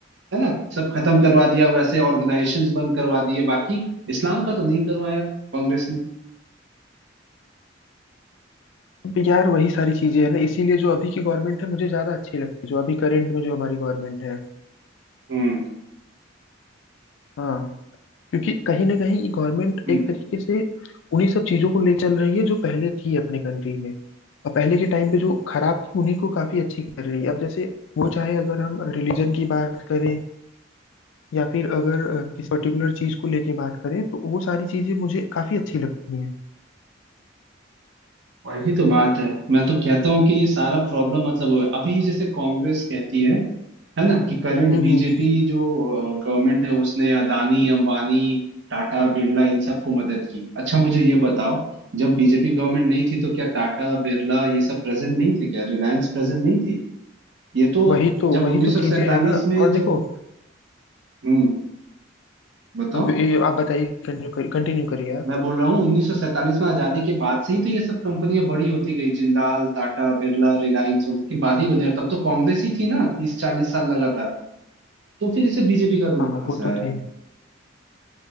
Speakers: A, on the right; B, on the left.
A: है ना सब खत्म करवा दिया वैसे ऑर्गेनाइजेशंस बंद करवा दिए बाकी इस्लाम का तो नहीं करवाया कांग्रेस ने
B: अब यार वही सारी चीजें है ना इसीलिए जो अभी की गवर्नमेंट है मुझे ज्यादा अच्छी लगती है जो अभी करंट में जो हमारी गवर्नमेंट है
A: हम्म
B: हाँ क्योंकि कहीं ना कहीं ये गवर्नमेंट
A: हम्म,
B: एक तरीके से उन्हीं सब चीजों को ले चल रही है जो पहले थी अपने कंट्री में और पहले के टाइम पे जो खराब थी उन्हीं को काफी अच्छी कर रही है अब जैसे वो चाहे अगर हम रिलीजन की बात करें या फिर अगर अ, किसी पर्टिकुलर चीज को लेके बात करें तो वो सारी चीजें मुझे काफी अच्छी लगती हैं
A: वही तो बात है मैं तो कहता हूँ कि ये सारा प्रॉब्लम मतलब वो है। अभी जैसे कांग्रेस कहती है है ना कि करंट
B: हम्म
A: बीजेपी
B: हम्म।
A: जो गवर्नमेंट है उसने अदानी अंबानी टाटा बिरला इन सबको मदद की अच्छा मुझे ये बताओ जब बीजेपी गवर्नमेंट नहीं थी तो क्या टाटा बिरला ये सब प्रेजेंट नहीं थे क्या रिलायंस प्रेजेंट नहीं थी ये तो
B: वही तो
A: जब
B: वही
A: 1947
B: तो चीजें हैं ना
A: में
B: और
A: जब
B: देखो
A: हम्म बताओ
B: अब ये आप बताइए कंटिन्यू करिए कंटिन्यू करिए आप
A: मैं बोल रहा हूँ 1947 में आजादी के बाद से ही तो ये सब कंपनियां बड़ी होती गई जिंदाल टाटा बिरला रिलायंस उनके बाद ही बनी और तब तो कांग्रेस ही थी ना तीस चालीस साल लगातार तो फिर इसे बीजेपी का रूल
B: हाँ
A: कहाँ
B: वो
A: से
B: तो
A: आया
B: थी